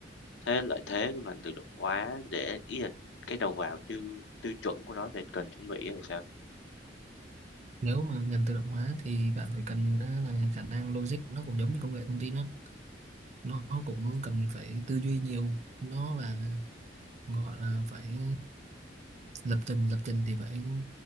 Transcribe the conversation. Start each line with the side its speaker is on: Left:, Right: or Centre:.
Left: Thế lợi thế của ngành tự động hóa để ý là cái đầu vào tiêu tiêu chuẩn của nó để cần chuẩn bị á sao?
Right: nếu mà ngành tự động hóa thì bạn phải cần á, là khả năng logic nó cũng giống như công nghệ thông tin đó nó cũng cần phải tư duy nhiều nó là gọi là phải lập trình lập trình thì phải